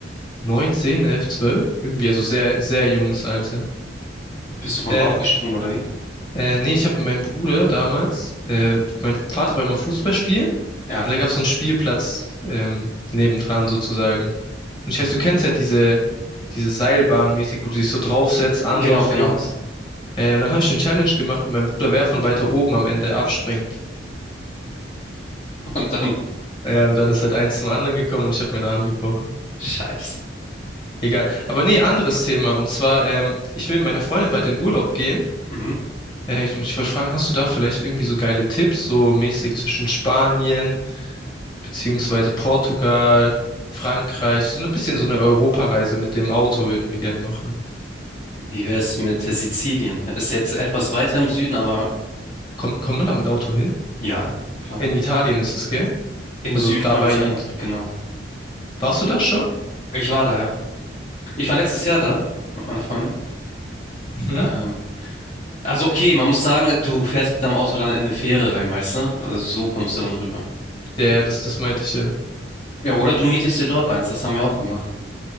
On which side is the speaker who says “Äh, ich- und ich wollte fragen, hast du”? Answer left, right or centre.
Left